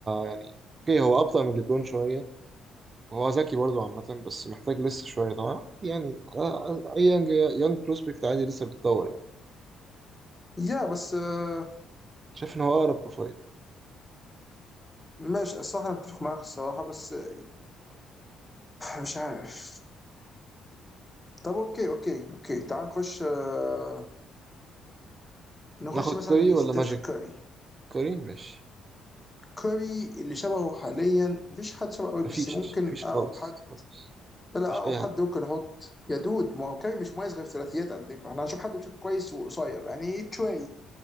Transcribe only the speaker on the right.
يعني اوكي هو ابطأ من ليبرون شوية وهو ذكي برضه عامة بس محتاج لسه شوية طبعا يعني آه، اي يانج يانج بروسبكت عادي لسه بيتطور يعني
شايف ان هو اقرب بروفايل
ناخد
كوري
ولا ماجيك
كوري ماشي
مفيش
مفيش
خالص
خالص
مفيش
اي
حد